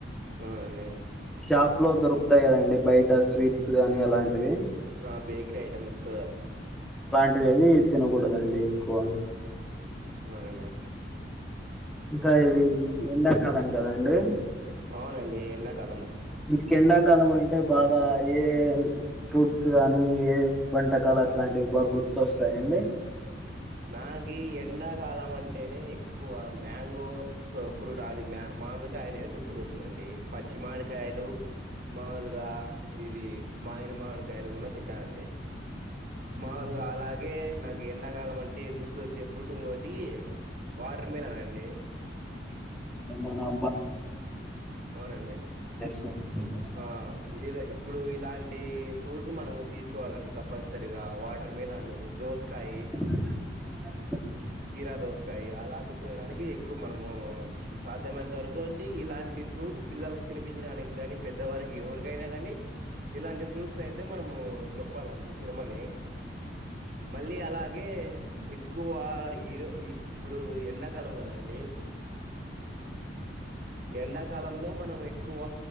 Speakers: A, on the right; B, in the centre.
A: అవునండి.
B: షాప్లో దొరుకుతాయి కదండి బయట స్వీట్స్ గానీ అలాంటివి.
A: ఆ బేకరి ఐటెమ్స్
B: ఇవేవి తినకుడదండి ఎక్కువ.
A: అవునండి.
B: ఇంకా ఇది ఎండాకాలం కదండి.
A: అవునండి ఎండాకాలము.
B: మీకు ఎండాకాలం అంటే బాగా యే ఫ్రూట్స్ గానీ ఏ వంటకాలట్లాంటివి బాగా గుర్తొస్తాయండి.
A: నాకీ ఏ ఎండాకాలమంటేనే ఎక్కువ మ్యాంగో ఫ్రూ ఫ్రూటది మామిడికాయనేది గుర్తుకొస్తు ందండి. పచ్చిమామిడికాయలు. మాములుగా ఇది మాగిన మామిడికాయలు కూనా తింటానండి.
B: అవునండి
A: మాముూలుగా అలాగే నాకు ఎండాకాలమ ంటే గుర్తోచ్చే ఫ్రూట్ ఇంకోటి వాటర్ మిలనండి.
B: మన
A: అవునండి
B: <unintelligible> బాగా
A: ఆ ఇలా ఇప్ ఇప్పుడు ఇలాంటి ఫ్రూట్లు మనం తీసుకోవాలండి తప్పనిసరిగా వాటర్ మిలాను దోసకాయి.
B: అ
A: కీరా దోసకాయి అలాంటివి తినడానికి ఎక్కువ మనము సాధ్యమైనంత వరకు అండి ఇలాంటి ఫ్రూట్ పిల్లలకు తినిపించడానికి గానీ, పెద్దవారికి ఎవరికైనా కానీ ఇలాంటి ఫ్రూట్స్ అయితే మనము చెప్పాలండి తినమని. మళ్ళీ అలాగే ఎక్కువ ఈరో ఈక్ ఇప్పుడు ఎండాకాలం కదాండి. ఎ ఎండాకాలంలో మనం ఎక్కువ